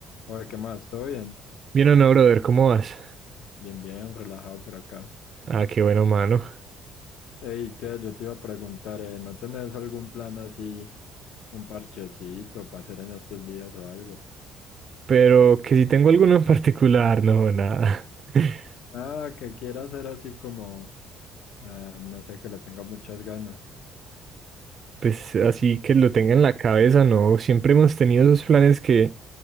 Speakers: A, on the left; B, on the right.
A: Oye, ¿qué más? ¿Todo bien?
B: Bien o no, brother, ¿cómo vas?
A: Bien, bien, relajado por acá.
B: Ah, qué bueno, mano.
A: Ey, ¿qué? Yo te iba a preguntar, eh, ¿no tenés algún plan así, un parchecito para hacer en estos días o algo?
B: Pero que si tengo alguno en particular, no, nada. <laughs>
A: Ah, que quiera hacer así como, ah, no sé, que le tenga muchas ganas.
B: Pues así que lo tenga en la cabeza, no. Siempre hemos tenido esos planes que,